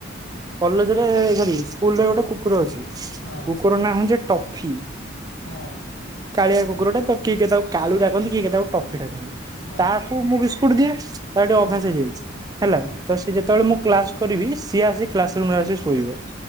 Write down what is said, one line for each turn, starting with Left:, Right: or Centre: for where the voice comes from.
Left: ହଁ
Right: କଲେଜ ରେ ଧରି ସ୍କୁଲରେ ଗୋଟେ କୁକୁର ଅଛି।
Left: ହଁ
Right: କୁକୁର ନାଁ ହଉଚି ଟ ପକ୍ଷୀ
Left: ହଁ।
Right: କଳିଆ କୁକୁରଟା ତ କିଏ କେତ ତାକୁ କାଳ ଡାକନ୍ତି କିଏ କେ ତାକୁ ଟଫି ଡ଼ାକନ୍ତି।
Left: ହଁ
Right: ତାକୁ ମୁଁ ବିସ୍କୁଟ ଦିଏ ତା ଟିକେ
Left: ହୁଁ
Right: ଅଭ୍ୟାସ ହେଇଯାଇଛି।
Left: ହୁଁ
Right: ତ ସେ ଯେତେବେଳେ ମୁଁ କ୍ଲାସ କରିବି ସିଏ ଆସି କ୍ଲାସ ରୁମ ରେ ଆସି ଶୋଇବ